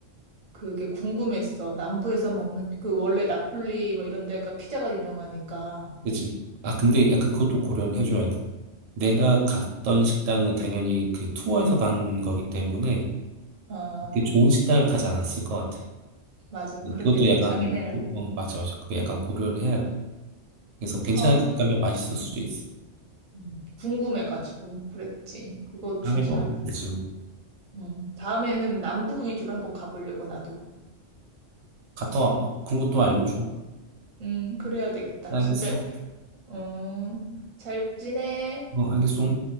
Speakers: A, on the right; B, on the right.
A: 그게 궁금했어. 남부에서 먹는 피- 그 원래 나폴리 뭐 이런 데가 피자가 유명하니까.
B: 그치? 아, 근데 약간 그것도 고려를 해줘야 돼. 내가 갔던 식당은 당연히 그 투어에서 간 거기 때문에
A: 아,
B: 그 좋은 식당을 가지 않았을 것 같아.
A: 맞아. 그렇겠다.
B: 그것도 약간,
A: 자기네랑.
B: 고- 어,
A: 음.
B: 맞아, 맞아. 그거 약간 고려를 해야 돼. 그래서 괜찮은
A: 어,
B: 집 가면 맛있을 수도
A: 음.
B: 있어.
A: 음. 궁금해가지고 그랬지. 그거
B: 다음에
A: 진짜
B: 또 가면 되지.
A: 음. 다음에는 남부 위주로 한번 가보려고 나도.
B: 갔다 와봐. 그리고 또 알려줘.
A: 음, 그래야 되겠다.
B: 알겠어.
A: 진짜 음, 잘 지내?
B: 어, 알겠어.